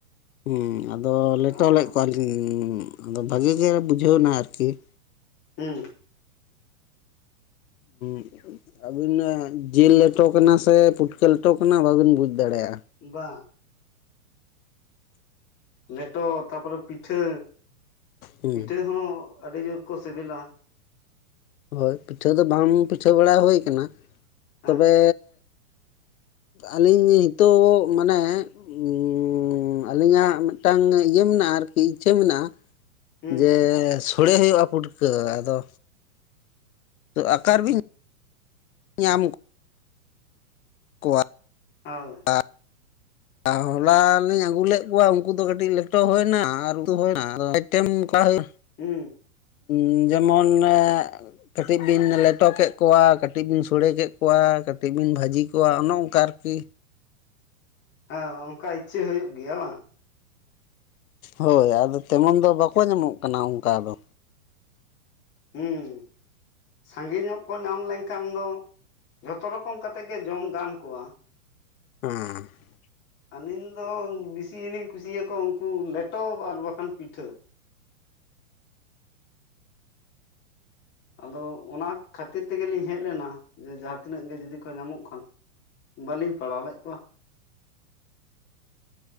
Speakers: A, on the left (about 75°); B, on the left (about 25°).
A: ᱦᱮᱸ, ᱟᱫᱚ ᱞᱮᱴᱚ
B: ᱟᱫᱚ
A: ᱞᱮᱫ ᱠᱚᱣᱟᱞᱤᱧ ᱟᱫᱚ ᱵᱷᱟᱹᱜᱤ ᱜᱮ ᱵᱩᱡᱷᱟᱹᱣᱱᱟ ᱟᱨᱠᱤ ᱾
B: ᱦᱩᱸ ᱾
A: ᱦᱩᱸ, ᱟᱹᱵᱤᱱ ᱡᱤᱞ ᱞᱮᱴᱚ ᱠᱟᱱᱟ ᱥᱮ ᱯᱩᱴᱠᱟᱹ ᱞᱮᱴᱚ ᱠᱟᱱᱟ ᱵᱟᱵᱤᱱ ᱵᱩᱡ ᱫᱟᱲᱮᱭᱟᱜᱼᱟ ᱾
B: ᱵᱟᱝ ᱾ ᱞᱮᱴᱚ ᱛᱟᱯᱚᱨᱮ ᱯᱤᱴᱷᱟᱹ,
A: ᱦᱮᱸ
B: ᱯᱤᱴᱷᱟᱹ ᱦᱚᱸ ᱟᱹᱰᱤ ᱡᱳᱨ ᱠᱚ ᱥᱤᱵᱤᱞᱟ ᱾
A: ᱦᱳᱭ, ᱯᱤᱴᱷᱟᱹ ᱫᱚ ᱵᱟᱝ ᱯᱤᱴᱷᱟᱹ ᱵᱟᱲᱟ ᱦᱩᱭ ᱠᱟᱱᱟ ᱾
B: ᱦᱮᱸ
A: ᱛᱚᱵᱮ ᱟᱹᱞᱤᱧ ᱱᱤᱛᱚᱜ ᱢᱟᱱᱮ ᱩᱸ ᱟᱹᱞᱤᱧᱟᱜ ᱢᱤᱫᱴᱟᱝ ᱤᱭᱟᱹ ᱢᱮᱱᱟᱜᱼᱟ, ᱟᱨᱠᱤ ᱤᱪᱪᱷᱟᱹ ᱢᱮᱱᱟᱜᱼᱟ ᱾
B: ᱦᱩᱸ
A: ᱡᱮ ᱥᱚᱲᱮ ᱦᱩᱭᱩᱜᱼᱟ ᱯᱩᱴᱠᱟᱹ, ᱟᱫᱚ ᱟᱠᱟᱨᱵᱤᱱ ᱧᱟᱢ ᱠᱚ- ᱠᱚᱣᱟ
B: ᱦᱳᱜ
A: <unintelligible> ᱦᱚᱞᱟ ᱞᱤᱧ ᱟᱹᱜᱩ ᱞᱮᱫ ᱠᱚᱣᱟ ᱩᱱᱠᱩ ᱫᱚ ᱠᱟᱹᱴᱤᱡ ᱞᱮᱴᱚ ᱦᱩᱭᱱᱟ ᱟᱨ ᱩᱛᱩ ᱦᱩᱭᱱᱟ ᱞᱭᱴᱮᱢ ᱚᱱᱠᱟ ᱦᱩᱭᱱᱟ
B: ᱦᱩᱸ
A: <inaudible> ᱡᱮᱢᱚᱱᱹᱦᱮ ᱠᱟᱹᱴᱤᱡ ᱵᱤᱱ ᱞᱮᱴᱚ ᱠᱮᱫ ᱠᱚᱣᱟ ᱠᱟᱹᱴᱤᱡ ᱵᱤᱱ ᱥᱚᱲᱮ ᱠᱮᱫ ᱠᱚᱣᱟ ᱠᱟᱹᱴᱤᱡ ᱵᱤᱱ ᱵᱷᱟᱹᱡᱤ ᱠᱚᱣᱟ ᱚᱱᱮ ᱚᱱᱠᱟ ᱟᱨ ᱠᱤ
B: ᱦᱮᱸ ᱚᱱᱠᱟ ᱤᱪᱷᱟᱹ ᱦᱩᱭᱩᱜ ᱜᱮᱭᱟ ᱵᱟᱝ
A: ᱦᱳᱭ ᱟᱫᱚ ᱛᱮᱢᱚᱱ ᱫᱚ ᱵᱟ-ᱠᱚ ᱧᱟᱢᱚᱜ ᱠᱟᱱᱟ ᱚᱱᱠᱟ ᱫᱚ
B: ᱦᱩᱸ ᱾ ᱥᱟᱸᱜᱮ ᱧᱚᱜ ᱠᱚ ᱧᱟᱢ ᱞᱮᱱᱠᱷᱟᱱ ᱫᱚ, ᱡᱷᱚᱛᱚ ᱨᱚᱠᱚᱢ ᱠᱟᱛᱮ ᱜᱮ ᱡᱚᱢ ᱜᱟᱱ ᱠᱚᱣᱟ ᱾
A: <unintelligible>
B: ᱟᱹᱞᱤᱧ ᱫᱚ ᱵᱤᱥᱤᱞᱤᱧ ᱠᱩᱥᱤᱹᱭᱟᱠᱚᱣᱟ ᱩᱱᱠᱩ ᱞᱮᱴᱚ ᱟᱨ ᱵᱟᱠᱷᱟᱱ ᱯᱤᱴᱷᱟᱹ ᱟᱫᱚ ᱚᱱᱟ ᱠᱷᱟᱹᱛᱤᱨ ᱛᱮᱜᱮᱞᱤᱧ ᱦᱮᱡ ᱞᱮᱱᱟ ᱡᱮ ᱡᱟᱦᱟᱸᱛᱤᱱᱟᱹᱜ ᱜᱮ ᱡᱩᱫᱤ ᱠᱚ ᱧᱟᱢᱚᱜ ᱠᱷᱟᱱ ᱵᱟᱹᱞᱤᱧ ᱯᱟᱲᱟᱣ ᱞᱮᱫ ᱠᱚᱣᱟᱜ